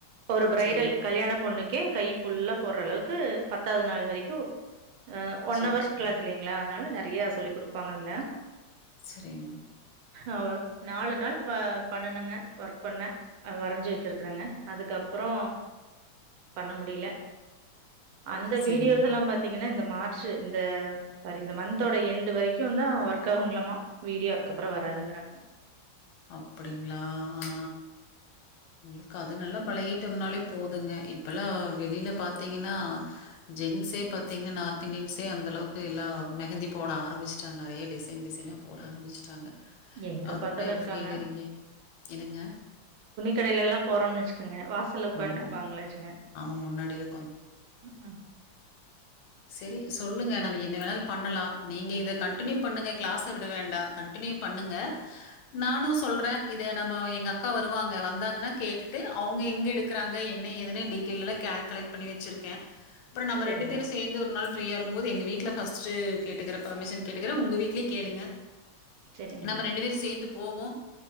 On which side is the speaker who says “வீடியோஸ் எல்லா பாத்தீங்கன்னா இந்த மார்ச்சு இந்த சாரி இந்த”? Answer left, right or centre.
Right